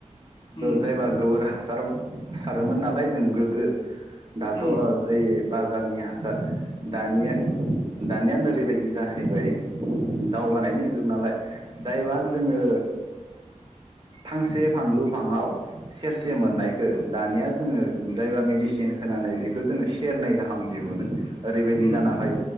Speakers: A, on the left (about 35°); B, on the right (about 40°).
A: उम
B: जायबा गोबोर हासार हासार सारोमोन नालाय जों गोदो दाथ'
A: उम
B: ओइ बाजारनि हासार दानिया दानिया ओरैबायदि जाहैबाय दावगानायनि जुग नालाय जायबा
A: उम
B: जोङो फांसे फानलु फाङाव सेरसे मोननायखौ
A: उम
B: दानिया जोङो जायबा मेडिसिन होनानै बेखौ जोङो सेरनै गाहाम दिहुनो। ओरैबायदि
A: उम
B: जानां